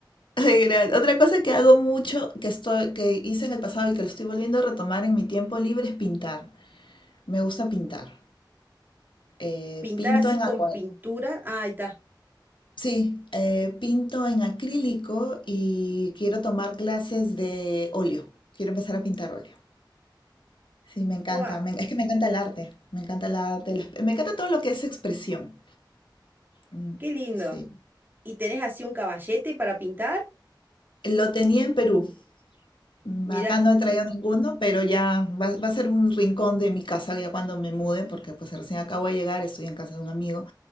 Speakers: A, on the left; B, on the right.
A: Ay, gracias. Otra cosa que hago mucho, que estoy, que hice en el pasado y que lo estoy volviendo a retomar en mi tiempo libre es pintar. Me gusta pintar. Eh,
B: Pintar
A: pinto
B: así
A: en
B: con
A: acuarela.
B: pintura, ah, ahí está.
A: Sí, eh, pinto en acrílico y quiero tomar clases de óleo. Quiero empezar a pintar óleo. Sí, me encanta.
B: ¡Fua!
A: me- es que me encanta el arte. Me encanta el arte. la- Me encanta todo lo que es expresión. Mm,
B: ¡Qué lindo!
A: Sí.
B: ¿Y tenés así un caballete para pintar?
A: Lo tenía en Perú. Mm,
B: Mirá,
A: Acá no he traído ninguno, pero ya va, va a ser un rincón de mi casa ya cuando me mude, porque pues recién acabo de llegar, estoy en casa de un amigo.